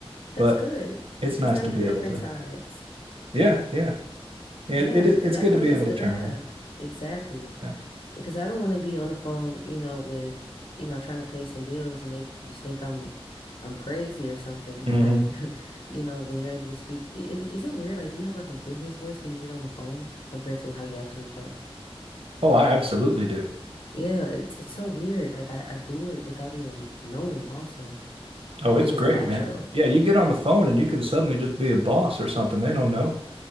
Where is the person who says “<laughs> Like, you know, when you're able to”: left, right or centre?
Left